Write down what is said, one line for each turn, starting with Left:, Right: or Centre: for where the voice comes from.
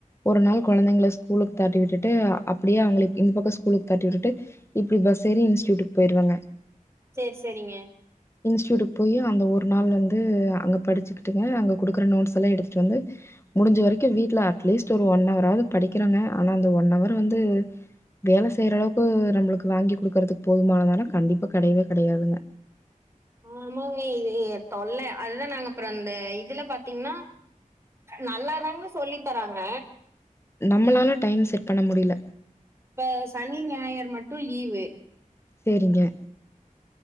Left: ஒருநாள் கொழந்தைங்கள ஸ்கூலுக்கு தாட்டி விட்டுட்டு அப்டியே அவுங்கள இந்த பக்கோ ஸ்கூலுக்கு தாட்டி விட்டுட்டு இப்டி பஸ் ஏறி இன்ஸ்டியூட்க்கு போய்ருவங்க
Right: சேரி சேரிங்க
Left: இன்ஸ்டடியூட்க்கு போயி அந்த ஒரு நாள் வந்து அங்க படிச்சுக்கிட்டுங்க அங்க குடுக்குற நோட்ஸலா எடுத்துட்டு வந்து முடிஞ்சவரிக்கு வீட்ல அட்லீஸ்ட் ஒரு ஒன் அவாராது படிக்கிறங்க ஆனா அந்த ஒன் ஹவர் வந்து வேல செய்ற அளவுக்கு நம்மளுக்கு வாங்கி குடுக்குறதுக்கு போதுமானதானா கண்டிப்பா கடையவே கடையாதுங்க
Right: ஆமாங்க இது தொல்ல அதுதா நாங்க அப்புறோ அந்த இதுல பாத்தீங்னா நல்லாதாங்க சொல்லி தராங்க
Left: நம்மளால டைம் செட் பண்ண முடில
Right: இப்ப சனி ஞாயர் மட்டு லீவு
Left: செரிங்க